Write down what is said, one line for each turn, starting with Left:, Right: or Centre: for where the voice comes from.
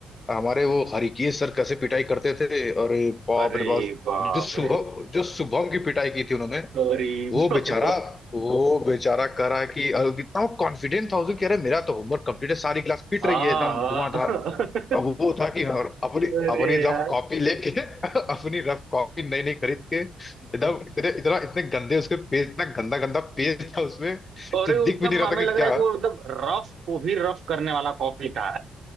Left: हमारे वो हरिकेश सर कैसे पिटाई करते थे अरे बाप
Right: अरे
Left: रे बाप
Right: बाप
Left: जो शुभम
Right: रे
Left: जो शुभम की पिटाई की थी उन्होंने
Right: अरे
Left: वो
Right: बाप।
Left: बेचारा वो बेचारा करा कि और कितना वो कॉन्फिडेंट था उसको कह रहे मेरा तो होमवर्क कंप्लीट है सारी क्लास पिट
Right: हाँ
Left: रही है एकदम धुआंधार
Right: हाँ।
Left: अब वो था कि हाँ, और अपनी
Right: अरे
Left: अपनी
Right: यार
Left: रफ कॉपी लेके <laughs> अपनी रफ कॉपी नई नई खरीद के एकदम इतने इतना इतने गंदे उसके पेज इतना गंदा गंदा पेज था उसमें
Right: और
Left: जो
Right: वो
Left: दिख
Right: एकदम
Left: भी नहीं रहा
Right: हमें
Left: था
Right: लग
Left: कि
Right: रहा
Left: क्या
Right: है कि वो मतलब रफ को भी रफ करने वाला कॉपी था